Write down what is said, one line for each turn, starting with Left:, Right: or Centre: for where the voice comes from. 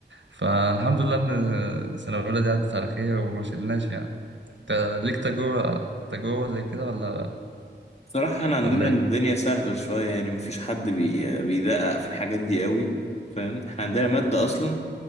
Right: فالحمد لله إن سنة أولى دي عدت على خير وما شلناش يعني أنت ليك تجربة تجربة زي كده ولا
Left: صراحة احنا عندنا
Right: ولا إيه؟
Left: الدنيا سهلة شوية يعني مفيش حد بي... بيدقق في الحاجات دي قوي فاهم احنا عندنا مادة أصلا ما